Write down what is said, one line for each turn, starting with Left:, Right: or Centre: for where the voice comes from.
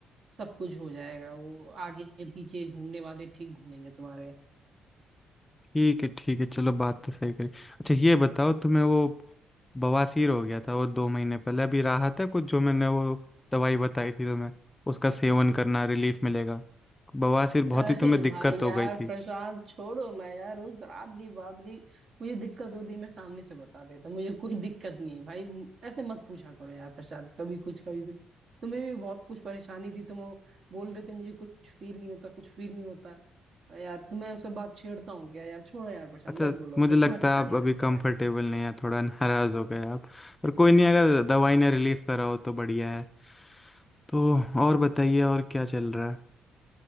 Right: सब कुछ हो जाएगा वो आगे पीछे घूमने वाले ठीक घूमेंगे तुम्हारे
Left: ठीक है ठीक है चलो बात तो सही करी अच्छा ये बताओ तुम्हें वो बवासीर हो गया था वो दो महीने पहले अभी राहत है कुछ जो मैंने वो दवाई बताई थी तुम्हें उसका सेवन करना रिलीफ मिलेगा बवासीर बहुत
Right: अरे
Left: ही तुम्हें दिक्कत
Right: भाई यार
Left: हो गई थी
Right: प्रशांत छोड़ो ना यार उस रात की बात की मुझे दिक्कत होती मैं सामने से बता देता मुझे कोई दिक्कत नहीं है भाई म- ऐसे मत पूछा करो यार प्रशांत कभी कुछ कभी कुछ तुम्हें भी बहुत कुछ परेशानी थी तुम बोल रहे थे मुझे कुछ फील नहीं होता कुछ फील नहीं होता यार तुम्हें उससे बात छेड़ता हूँ क्या यार छोड़ो यार प्रशांत
Left: अच्छा
Right: मत बोलो
Left: मुझे
Right: करो
Left: लगता
Right: <laughs> अच्छा
Left: है
Right: नहीं
Left: आप अभी
Right: लगता
Left: कंफर्टेबल
Right: भाई
Left: नहीं है थोड़ा नाराज हो गए आप पर कोई नहीं अगर दवाई ने रिलीफ करा हो तो बढ़िया है तो और बताइए और क्या चल रहा है